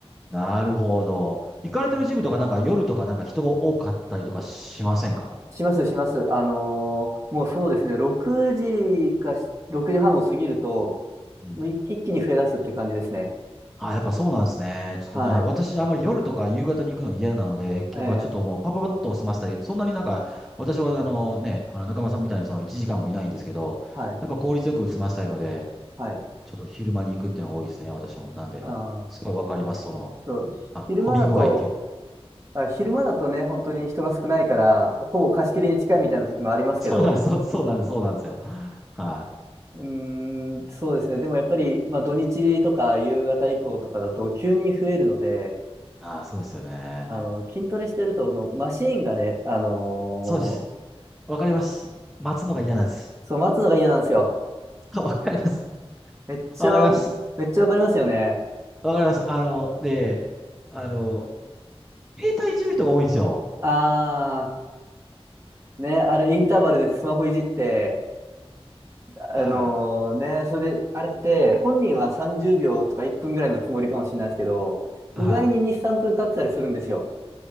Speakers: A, in the centre; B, on the right (about 30°).
A: なるほど。行かれてるジムとか、
B: はい
A: なんか夜とか、なんか人が多かったりとかしませんか
B: します、します。あのーもうそうですね、6時かし時半を過ぎると、
A: うん
B: もう一一気に増え出すって感じですね。
A: あ、やっぱそうなんですね。ちょっと、
B: はい。
A: だから私、あんまり夜とか夕方に行くの嫌なので、やっぱちょっともうパパパッと済ませたい。
B: ええ
A: そんなになんか、私はあのね、あの中村さんみたいにその1時間もいないんですけど、
B: はい。
A: やっぱ効率よく済ませたいので、
B: はい。
A: ちょっと昼間に行くっていうのが多いですね、私も。なんで、
B: あ
A: すごいわかります、その、
B: そう、
A: あの、
B: 昼間だと、
A: 混み具合っていうのは。
B: あ、昼間だとね、本当に人が少ないから、ほぼ貸し切りに近いみたいな時もありますけど、
A: <laughs> そうなんです、そう、そうなんです、そうなんですよ。はい。
B: うーん、そうですね。でもやっぱり、まあ土日とか夕方以降とかだと急に増えるので、
A: ああ、そうですよね。
B: あの、筋トレしてると、そのマシーンがね、あのー
A: そうです。わかります。待つのが嫌なんです。
B: そう、待つのが嫌なんですよ。
A: あわかります。
B: めっちゃ、
A: わかります。
B: めっちゃわかりますよね。
A: わかります。あの、で、あの、携帯いじる人が多いんですよ。
B: あー、ね、あれインターバルでスマホいじって、あのね、
A: は
B: それで、あれって、本人は30秒とか1分ぐらいのつもりかもしれないですけど、意外に2、
A: い。はい。
B: 3分経ってたりするんですよ。